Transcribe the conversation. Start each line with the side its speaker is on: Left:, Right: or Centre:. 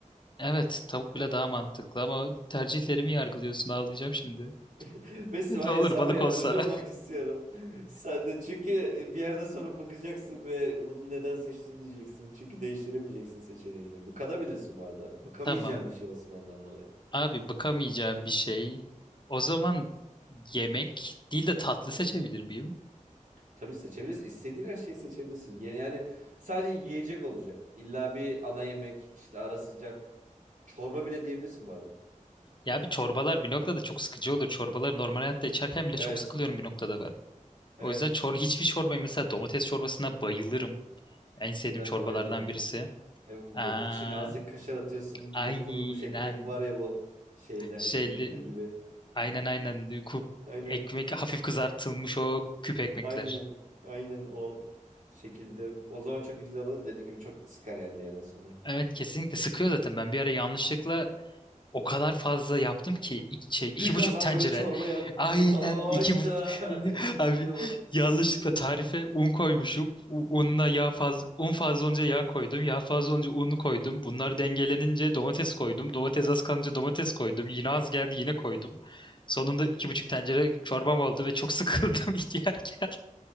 Left: Evet tavuk bile daha mantıklı ama tercihlerimi yargılıyorsun ağlayacağım şimdi. <laughs>
Right: <laughs> Mesut
Left: Ne
Right: hayır
Left: olur
Right: sana
Left: balık
Right: yardımcı
Left: olsa.
Right: olmak istiyorum. <laughs> Sen de çünkü e, bir yerden sonra bakacaksın ve bunu neden seçtim diyeceksin. Çünkü değiştiremeyeceksin seçeneğini. Bıkabilirsin bu arada.
Left: <laughs>
Right: Bıkamayacağın
Left: Tamam.
Right: bir şey olsun ondan dolayı.
Left: Abi bıkamayacağım bir şey. O zaman yemek değil de tatlı seçebilir miyim?
Right: Tabii seçebilirsin. İstediğin her şeyi seçebilirsin. Ye- Yani sadece yiyecek olacak. İlla bir ana yemek, işte ara sıcak Çorba bile diyebilirsin bu arada.
Left: Ya bir çorbalar bir noktada çok sıkıcı olur. Çorbaları normal hayatta içerken bile
Right: Evet.
Left: çok sıkılıyorum bir noktada ben.
Right: Evet.
Left: O yüzden çor hiçbir çorbayı mesela domates çorbasına bayılırım. En sevdiğim
Right: Ben
Left: çorbalardan
Right: de bayılırım.
Left: birisi.
Right: Evet.
Left: Aa,
Right: içine azıcık kaşar atıyorsun.
Left: aynen
Right: Bir de kurumuş ekmek var ya bu şeyde
Left: şeyli
Right: etimekte gibi.
Left: aynen aynen ku-
Right: Aynen.
Left: ekmek hafif kızartılmış o küp ekmekler.
Right: Aynen. Aynen o şekilde. O zaman çok güzel olur. Dediğim gibi çok sıkar yani bir yerden sonra.
Left: Evet kesinlikle sıkıyor zaten. Ben bir ara yanlışlıkla O kadar fazla yaptım ki iki, şey,
Right: Bir
Left: iki
Right: kazan
Left: buçuk tencere.
Right: böyle çorba yaptım
Left: Aynen
Right: mı falan.
Left: iki
Right: Ayda.
Left: bu <laughs>
Right: <laughs> İşte
Left: abi
Right: bu.
Left: yanlışlıkla
Right: İşte bu.
Left: tarife un koymuşum. U- Unla yağ fazla un fazla olunca yağ koydum. Yağ fazla olunca unu koydum. Bunlar dengelenince domates koydum. Domates az kalınca domates koydum. Yine az geldi yine koydum. Sonunda iki buçuk tencere çorbam oldu ve çok sıkıldım <laughs> yerken.